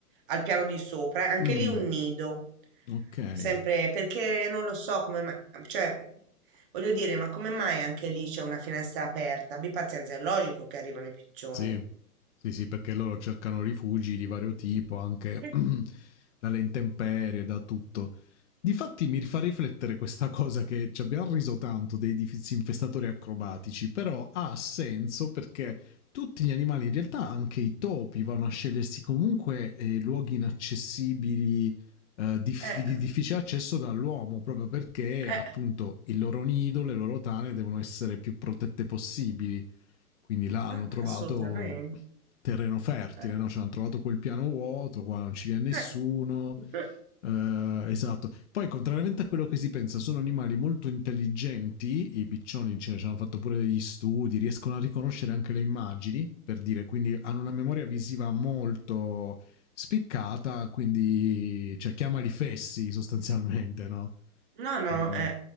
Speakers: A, on the right; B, on the left.
A: al piano di sopra, e anche
B: Mh.
A: lì un nido.
B: Okay.
A: Sempre perché non lo so come mai, cioè, voglio dire, ma come mai anche lì c'è una finestra aperta? Abbi pazienza, è logico che arrivano i piccioni.
B: Sì, sì, sì, perché loro cercano rifugi di vario tipo, anche
A: Eh,
B: <clears throat> dalle intemperie, da tutto. Difatti mi fa riflettere questa cosa che ci abbiamo riso tanto dei disinfestatori acrobatici, però ha senso perché tutti gli animali, in realtà anche i topi, vanno a scegliersi comunque eh, luoghi inaccessibili, eh, dif-
A: eh,
B: di difficile accesso dall'uomo, proprio perché
A: eh,
B: appunto il loro nido, le loro tane devono essere più protette possibili. Quindi là hanno
A: eh,
B: trovato
A: assolutamente.
B: terreno fertile,
A: Eh,
B: no? Cioè hanno trovato quel piano vuoto, qua non ci viene nessuno.
A: eh, eh.
B: Eh, esatto. Poi, contrariamente a quello che si pensa, sono animali molto intelligenti. I piccioni cioè, ci hanno fatto pure degli studi, riescono a riconoscere anche le immagini, per dire, quindi hanno una memoria visiva molto spiccata, quindi cioè, chiamali fessi sostanzialmente, no?
A: No, no,
B: Eh,
A: eh,